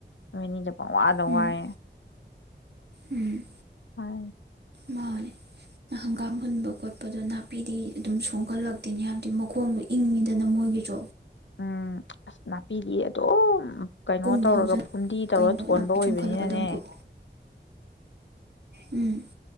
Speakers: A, on the left (about 85°); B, on the right (about 65°).
A: ꯅꯣꯏ ꯑꯅꯤꯗ ꯄꯪꯋꯥꯏ
B: ꯎꯝ ꯎꯝ
A: <unintelligible>
B: ꯃꯥꯅꯦ ꯍꯪꯒꯥꯝ ꯍꯨꯟꯕ ꯈꯣꯠꯄꯗꯣ ꯅꯥꯄꯤꯗꯤ ꯑꯗꯨꯝ ꯁꯣꯛꯒꯠꯂꯛꯇꯦꯅꯤ ꯍꯥꯏꯕꯗꯤ ꯃꯈꯣꯡꯗꯣ ꯏꯪꯉꯤꯗꯅ ꯃꯣꯏꯒꯤꯁꯨ
A: ꯎꯝ ꯑꯁ ꯅꯥꯄꯤꯗꯤ ꯑꯗꯨꯝ ꯀꯩꯅꯣ
B: ꯀꯨꯡꯅ
A: ꯇꯧꯔꯒ
B: ꯍꯧꯖꯟ
A: ꯐꯨꯝꯗꯤ ꯇꯧꯔ
B: ꯀꯩꯅꯣ
A: ꯊꯣꯟꯕ
B: ꯅꯥꯄꯤ
A: ꯑꯣꯏꯕꯅꯤꯅꯅꯦ
B: ꯆꯣꯡꯈꯠꯂꯛꯄꯗ ꯃꯈꯨꯠ ꯎꯝ